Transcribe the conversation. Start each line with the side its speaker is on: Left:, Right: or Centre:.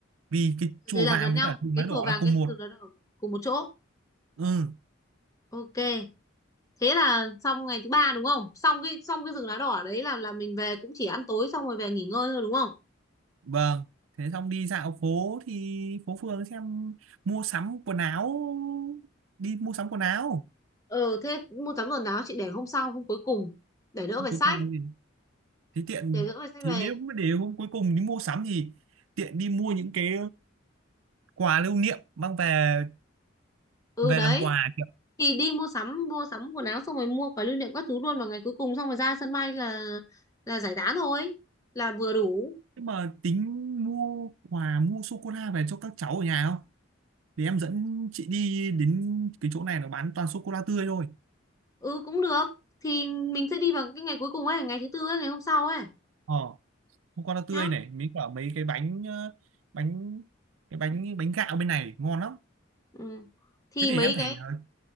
Right: vì cái chùa
Left: Thế là
Right: vàng
Left: gần
Right: với
Left: nhau,
Right: cả rừng
Left: cái
Right: lá đỏ
Left: chùa vàng
Right: là cùng
Left: cái
Right: một
Left: rừng lá đỏ cùng một chỗ.
Right: ừ
Left: Ok. Thế là xong ngày thứ ba đúng không? Xong cái xong cái rừng lá đỏ đấy là là mình về cũng chỉ ăn tối xong rồi về nghỉ ngơi thôi đúng không?
Right: vâng thế xong đi dạo phố thì phố phường xem mua sắm quần áo đi mua sắm quần áo
Left: Ờ thế mua sắm quần áo chị để hôm sau hôm cuối cùng để đỡ
Right: Hôm
Left: phải
Right: cuối
Left: sách,
Right: cùng thì thì tiện
Left: để đỡ phải sách
Right: thế
Left: về.
Right: nếu mà để hôm cuối cùng đi mua sắm thì tiện đi mua những cái quà lưu niệm mang về
Left: Ừ
Right: về
Left: đấy.
Right: làm quà
Left: thì đi mua sắm mua sắm quần áo xong rồi mua quà lưu niệm các thứ luôn vào ngày cuối cùng xong rồi ra sân bay là là giải tán thôi là vừa đủ
Right: Nhưng mà tính mua quà mua sô cô la về cho các cháu ở nhà không? thì em dẫn chị đi đến cái chỗ này nó bán toàn sô cô la tươi thôi.
Left: ừ cũng được thì mình sẽ đi vào cái ngày cuối cùng ấy ngày thứ tư ấy ngày hôm sau ấy
Right: Ờ, sô cô la tươi
Left: nhá
Right: này, mấy cả mấy cái bánh ờ, bánh cái bánh bánh gạo bên này ngon lắm.
Left: ừ. thì
Right: Thế để
Left: mấy
Right: em phải
Left: cái
Right: ờ,